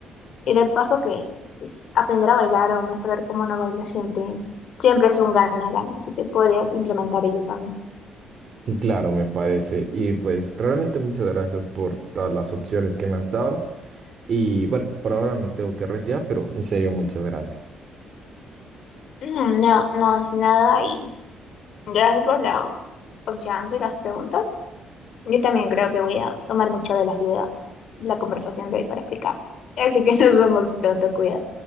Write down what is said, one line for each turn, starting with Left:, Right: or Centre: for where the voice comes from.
Left: y de paso que pues, aprender a bailar o mejorar cómo uno baila siempre, siempre es un gana-gana, así que podrías implementar ello también.
Right: Y Claro, me parece. Y pues realmente muchas gracias por todas las opciones que me has dado. Y bueno, por ahora me tengo que retirar, pero en serio, muchas gracias.
Left: Mm, No, no es nada y gracias por la confianza y las preguntas. Yo también creo que voy a tomar muchas de las ideas, la conversación de hoy para aplicar. Así que <laughs> nos vemos pronto, cuidado.